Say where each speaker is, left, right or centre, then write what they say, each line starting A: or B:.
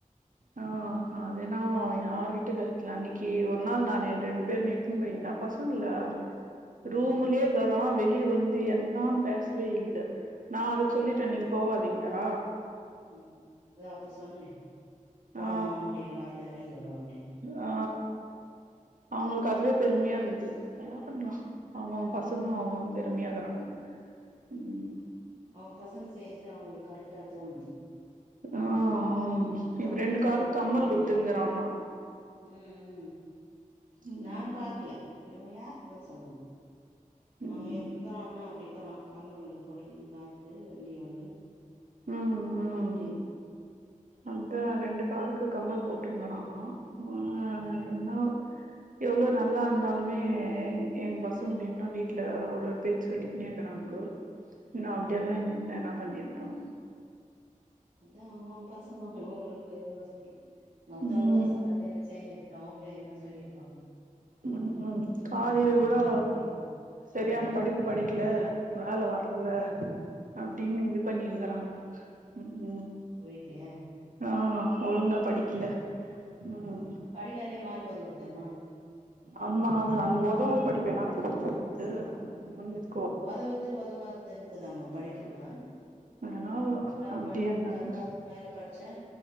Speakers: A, on the right (about 40°); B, on the right (about 75°).
A: <inaudible>
B: ஆ அது என்னவோ அவே யாரக்கிட்டே பேசர்தில்ல அன்னைக்கி ஒரு நாள் நானு ரெ ரெண்டு பேர் இட்டுன்னு போய்ந்தா பசங்கள
A: ம்
B: ரூம்லயே இருகரோ வெளி வந்து என்னான் பேசவே இல்ல நா அதுக்கு
A: ம்
B: சொல்லிட்டே நீங்க போவாதீங்டா
A: ம் அதா அப்ப சொன்னனே போனோ
B: ஆ
A: அப்படி வரல வெளியோ அப்டின்
B: ஆ அவுங்களுக் அதுவே பெருமையாகுது என்ன பண்ணலா அவுங்கவுங்க பசங்க அவுங்கவுங் பெருமையாக்கறாங்கோ ம்
A: அவங் பசங் செய்யறது அவுங்களுக்கு கரெக்டா தோணுது
B: ஆ
A: அவங்க
B: ஆ
A: மத்தவங்க
B: இப்ப ரெண்டு
A: பசங்க
B: காது
A: எதுனா
B: கம்மல்
A: செஞ்சா
B: குத்துங்கிறான்னா
A: ம் ம்
B: ம்
A: நா பாக்கல இவே யார் அத சொன்னா
B: ம்
A: ஆ எப்டிக்காரான்னா அப்டிக்கறா கம்பல் ஒண்ணு போட்டுக்குன்னு காத்துக்கு வண்டியை ஒண்ணு
B: ம் ம்
A: அப்டின்
B: அதா ரெண்டு காதுக்கு கம்மல் போட்டுங்குறானா ஆ என்னவோ எவ்ளோ நல்லா இருந்தாலுமே
A: ம்
B: எ எங்க பஸ் சங்கோ இன்னு வீட்ல ஒரு ஒரு பேர் சொல்லிக்கின்னே இருக்காணுங்கோ இன்னு அப்டியெல்லா இருந்துர்தா என்னா பண்ணியிருப்பாங்
A: அதா அவுங்கவுங் பசங்க அவுங்களுக்கு ஒஸ்தி மத்தவங்
B: ம்
A: பசங்க அதே செஞ்சிரு ட்டு அவுங்கள என்ன சொல்லியிருப்பாங்க
B: ம் ம் காலையில கூடோ
A: நா அப்டின்னு
B: செரியான படிப்பு படிக்கல வேல வரல
A: ம்
B: அப்டின் இது பண்ணிங்கிறாங்கோ ம் ம்
A: வீட்ல
B: ஆ ஒழுங்க படிக்கில ம்
A: படிக்காதே மார்க் வந்துர்தாமா
B: ஆமா அது அந்த உதவாத படிப்பு என்னாத்க்கு படிக்றது <inaudible>
A: உதவர்து உதவாதுன் இக்குதாமா படிப்பு கூட
B: வேணாவோ
A: நா
B: அப்டின்னாங்க
A: படிப்பு பத்தாவதுக்கு மேல படிச்சே